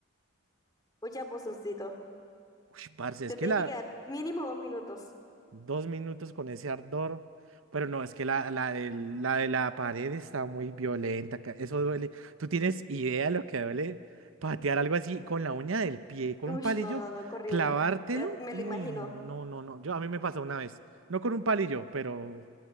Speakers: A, on the left (about 20°); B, on the right (about 75°).
A: Mucha punzoncito.
B: Uy, parce, es
A: Te
B: que
A: tiene
B: la.
A: que quedar mínimo dos minutos.
B: Dos minutos con ese ardor. Pero no, es que la, la, de, la de la pared está muy violenta. ca- Eso duele. ¿Tú tienes idea de lo que duele patear algo así con la uña del pie, con
A: Uy,
B: un palillo,
A: no, no, no, qué horrible.
B: clavártelo?
A: Ya me
B: Uy,
A: lo imagino.
B: no, no, no. Yo, a mí me pasó una vez. No con un palillo, pero,